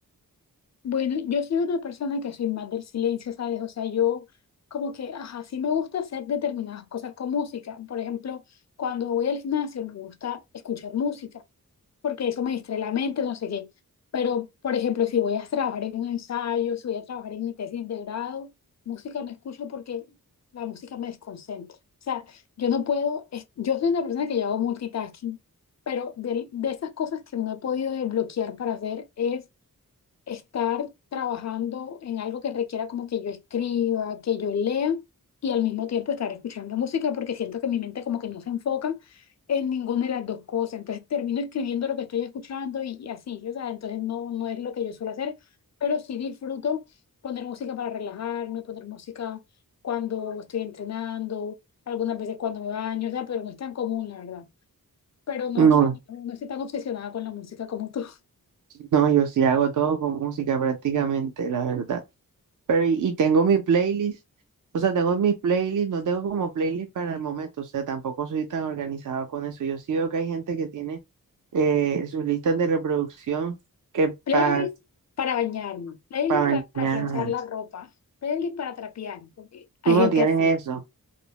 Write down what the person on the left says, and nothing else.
Bueno, yo soy una persona que soy más del silencio, ¿sabes? O sea, yo como que, ajá, sí me gusta hacer determinadas cosas con música. Por ejemplo, cuando voy al gimnasio me gusta escuchar música, porque eso me distrae la mente, no sé qué. Pero, por ejemplo, si voy a trabajar en un ensayo, si voy a trabajar en mi tesis de grado, música no escucho porque la música me desconcentra. O sea, yo no puedo, es- yo soy una persona que yo hago multitasking, pero de, de esas cosas que no he podido desbloquear para hacer es estar trabajando en algo que requiera como que yo escriba, que yo lea y al mismo tiempo estar escuchando música porque siento que mi mente como que no se enfoca en ninguna de las dos cosas. Entonces termino escribiendo lo que estoy escuchando y, y así, o sea, entonces no, no es lo que yo suelo hacer, pero sí disfruto poner música para relajarme, poner música cuando estoy entrenando, algunas veces cuando me baño, o sea, pero no es tan común, la verdad. Pero no,
o sea, no no estoy tan obsesionada con la música como tú.
Playlist
para bañarme, playlist
para planchar la ropa, playlist para trapear, porque hay
gente
así.